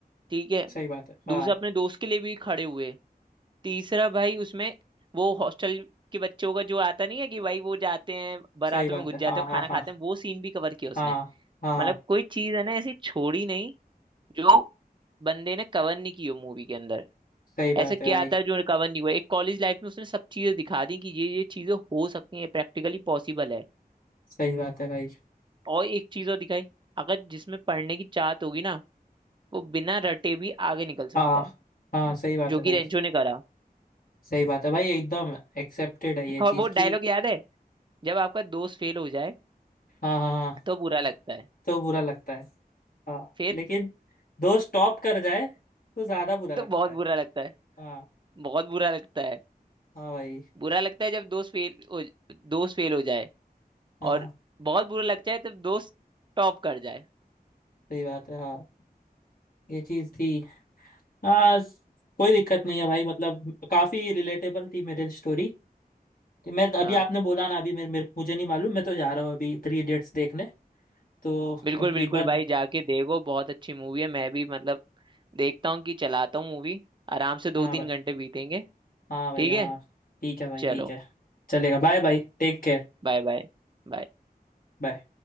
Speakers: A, on the right; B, on the left.
A: ठीक है
B: सही बात है हाँ
A: दूसरा अपने दोस्त के लिए भी खड़े हुए तीसरा भाई उसमें वो हॉस्टल के बच्चों का जो आता नहीं है कि भाई वो जाते हैं बारातों
B: सही बात
A: में घुस
B: है
A: जाते
B: हाँ
A: हैं
B: हाँ
A: खाना
B: हाँ
A: खाते हैं वो सीन भी कवर किया उसने
B: हाँ हाँ
A: मतलब कोई चीज है ना ऐसी छोड़ी नहीं जो बंदे ने कवर नहीं की हो मूवी के अंदर
B: सही बात
A: ऐसा क्या
B: है भाई
A: था जो कवर नहीं हुआ एक कॉलेज लाइफ में उसने सब चीजें दिखा दी कि ये ये चीजें हो सकती हैं प्रैक्टिकली पॉसिबल है
B: सही बात है भाई
A: और एक चीज और दिखाई अगर जिसमें पढ़ने की चाहत होगी ना वो बिना रटे भी आगे निकल सकता
B: हाँ
A: है
B: हाँ सही बात
A: जो
B: है
A: कि
B: भाई
A: रेंचो ने करा
B: सही बात है भाई एकदम एक्सेप्टेड है ये
A: और
B: चीज़
A: वो
B: की
A: डायलॉग याद है जब आपका दोस्त फेल हो जाए
B: हाँ हाँ हाँ
A: तो बुरा लगता है
B: तो बुरा लगता है हाँ
A: फिर
B: लेकिन दो स्टॉप कर जाए तो ज्यादा बुरा लगता
A: तो बहुत
B: है
A: बुरा लगता है
B: हाँ
A: बहुत बुरा लगता है
B: हाँ भाई
A: बुरा लगता है जब दोस्त फेल हो दोस्त फेल हो जाए
B: हाँ
A: और बहुत बुरा लगता है जब दोस्त टॉप कर जाए
B: सही बात है हाँ ये चीज थी हाँ कोई दिक्कत नहीं है भाई मतलब काफी रिलेटेबल थी मेरी स्टोरी कि मैं
A: हाँ।
B: अभी आपने बोला ना अभी मेरे, मेरे मुझे नहीं मालूम मैं तो जा रहा हूँ अभी थ्री इडियट्स देखने तो अब
A: बिल्कुल बिल्कुल
B: एक बार
A: भाई
B: दे-
A: जाके देखो बहुत अच्छी मूवी है मैं भी मतलब देखता हूँ कि चलाता हूँ मूवी आराम से दो
B: हाँ
A: तीन
B: भाई
A: घंटे बीतेंगे
B: हाँ भाई
A: ठीक
B: हाँ
A: है
B: ठीक है भाई
A: चलो
B: ठीक है चलेगा bye bye take care
A: Bye bye बाय
B: bye